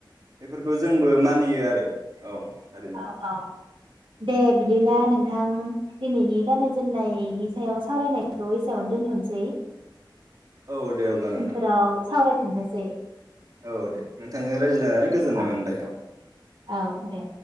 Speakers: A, on the right; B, on the right.
A: बेफोरखौ जोंबो मानियो आरो औ थारैनो।
B: औ औ दे बिदिब्ला नोंथां दिनैनि गाननाय जोमनायनि सायाव सावरायनायखौ एसेयावनो दोनथनोसै।
A: औ दे अब्ला नोंथां
B: उनफोराव सावराय। <inaudible> सै
A: औ दे नोंथांजों रायज्लायनानै गोजोननाय
B: औ
A: मोनबाय। औ
B: औ दे।